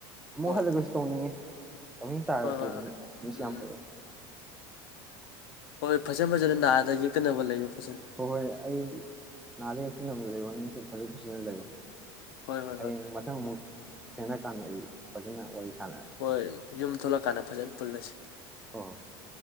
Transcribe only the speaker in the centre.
ꯑꯃꯨꯛ
ꯍꯜꯂꯒꯁꯨ ꯇꯧꯅꯤꯡꯉꯦ ꯑꯗꯨ ꯇ
ꯃꯤꯁꯤꯤ
ꯑꯟꯇꯔꯦ
ꯍꯣꯏ ꯍꯣꯏ ꯑꯩ ꯅꯥꯗ ꯍꯛꯇ ꯑꯃ ꯂꯩꯕꯣ ꯐꯖꯦ ꯐꯖꯅ ꯂꯩꯒꯣ
ꯍꯌꯦꯡ
ꯃꯊꯪ ꯑꯃꯨꯛ ꯊꯦꯡꯅ ꯀꯥꯟꯗ ꯑꯩ ꯐꯖꯅ ꯋꯥꯔꯤ ꯁꯥꯟꯅꯔꯁꯤ
ꯍ